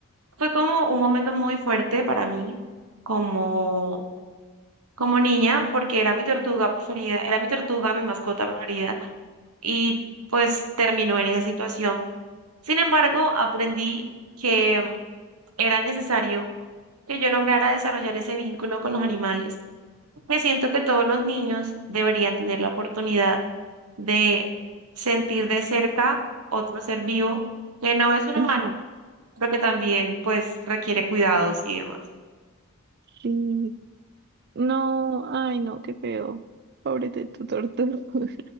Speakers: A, on the right; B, on the right.
A: fue como un momento muy fuerte para mí como, como niña porque era mi tortuga preferida, era mi tortuga, mi mascota preferida y pues terminó en esa situación. Sin embargo, aprendí que era necesario que yo lograra desarrollar ese vínculo con los animales, me siento que todos los niños deberían tener la oportunidad de sentir de cerca otro ser vivo que no es un
B: Ujú.
A: humano, pero que también pues requiere cuidados y demás.
B: Sí, No, ay, no, qué feo. Pobre de tu tortuga. <laughs>